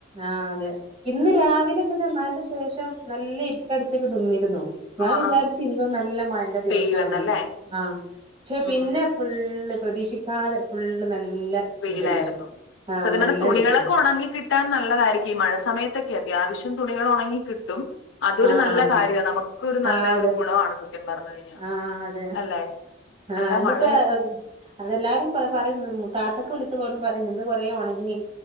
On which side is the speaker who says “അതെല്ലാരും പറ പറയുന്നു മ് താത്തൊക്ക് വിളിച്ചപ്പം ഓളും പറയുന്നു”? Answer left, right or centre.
Right